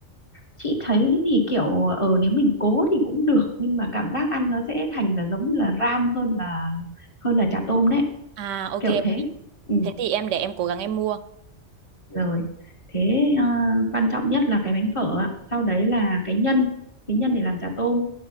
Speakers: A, on the left; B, on the right.
A: chị thấy thì kiểu ờ nếu mình cố thì cũng được nhưng mà cảm giác ăn nó sẽ thành là giống như là ram hơn là hơn là chả tôm đấy
B: À ok,
A: kiểu thế ừ.
B: thế thì em để em cố gắng em mua.
A: rồi thế ờ, quan trọng nhất là cái bánh phở ạ sau đấy là cái nhân cái nhân để làm chả tôm